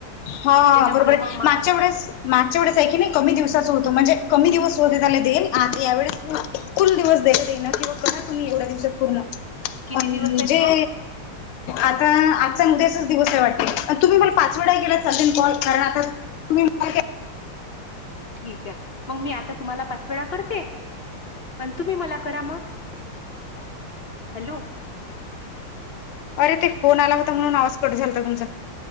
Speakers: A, on the left; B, on the left.
A: हा
B: त्याच्यामुळे
A: बरोबर आहे
B: मग मग
A: मागच्या व्यास मागच्या वेळेस आहे की नाही कमी दिवसाच होतो म्हणजे कमी दिवस शोधले देईल. आता यावेळेस कुल दिवस देईल दे किंवा करा तुम्ही एवढ्या दिवसात पूर्ण
B: किती
A: म्हणजे
B: दिवस आहेत मग
A: आता द्याच दिवस आहे वाटत तुम्ही मला पाच वेळा केलात ना कॉल कारण आता तुम्ही मग
B: ठीक आहे. मग मी आता तुम्हाला पाच वेळा करते. पण तुम्ही मला करा मग हॅलो,
A: अरे ते फोन आला होता. म्हणून आवाज कट झालता तुमचा